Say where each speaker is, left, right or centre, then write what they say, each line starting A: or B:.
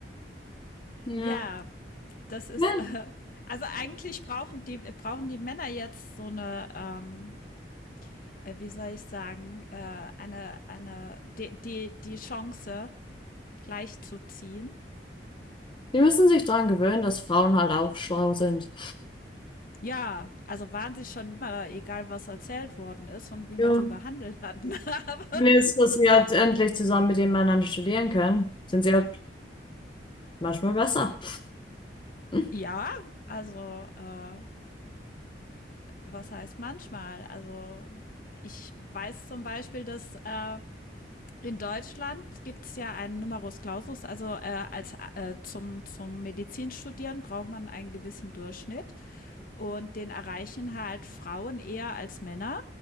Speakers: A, on the left (about 30°); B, on the left (about 50°).
A: Ja.
B: ja, das ist,
A: Ja.
B: äh, also eigentlich brauchen die, brauchen die Männer jetzt so eine, ähm, äh, wie soll ich sagen, äh, eine, eine, die, die, die Chance gleichzuziehen.
A: Die müssen sich daran gewöhnen, dass Frauen halt auch schlau sind.
B: Ja, also waren sie schon immer, egal was erzählt worden ist und wie
A: Ja.
B: man sie behandelt hat. <laughs> Aber
A: Und jetzt, dass sie halt endlich zusammen mit den Männern studieren können, sind sie halt manchmal besser. <laughs> Hm.
B: ja, also äh, was heißt manchmal? Also ich weiß zum Beispiel, dass äh, In Deutschland gibt es ja einen Numerus Clausus, also äh, als äh, zum, zum Medizinstudieren braucht man einen gewissen Durchschnitt und den erreichen halt Frauen eher als Männer.